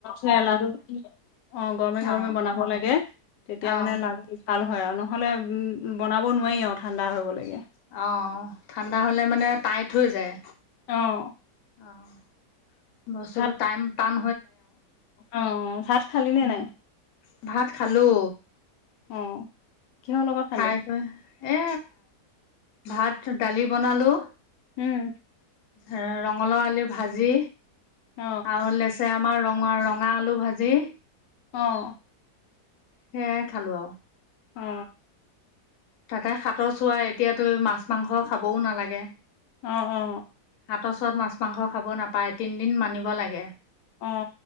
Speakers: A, on the left (about 85°); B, on the left (about 70°).
A: নয়ালা আৰু অ গৰমে গৰমে
B: অহ
A: বনাব লাগে তেতিয়া
B: অহ
A: মানে লাাৰু তাল হয় আৰু নহ'লে বনাব নোৱাৰি আৰু ঠাণ্ডা হৈ গলগে
B: অ ঠাণ্ডা হলে মানে টাইট হৈ যায়
A: আহ
B: অহ বস্তুটো
A: ভ
B: টান টান
A: অ ভাত খালি নে
B: উ
A: নাই
B: ভাত খালো
A: অ কিহৰ লগত খালি
B: খাই কৈ এ ভাত দালি বনালো
A: উম
B: এ ৰঙালাও আলি ভাজি
A: অ
B: আৰু লেচেৰা আমাৰ ৰঙ ৰঙা আলু ভাজি
A: আহ
B: হে খালো
A: অ
B: তাতে হাতৰ চোৱা এতিয়াতো মাছ মাংস খাবও নালাগে
A: অ অ
B: কাতৰ চৰত মাছ মাংস খাব নাপায় তিনিদিন মানিব লাগে
A: অ